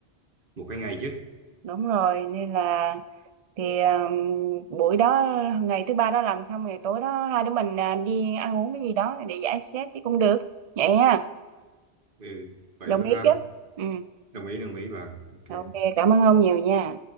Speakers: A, on the right; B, on the right.
A: một hai ngày chứ
B: Đúng rồi, nên là thì à, buổi đó ngày thứ ba đó làm xong ngày tối đó hai đứa mình à, đi ăn uống cái gì đó để giải stress thì cũng được. Vậy ha,
A: ừ, vậy
B: đồng
A: thôi
B: ý
A: ha
B: chứ? Ừ.
A: đồng ý đồng ý bà ok
B: Ok, cảm ơn ông nhiều nha.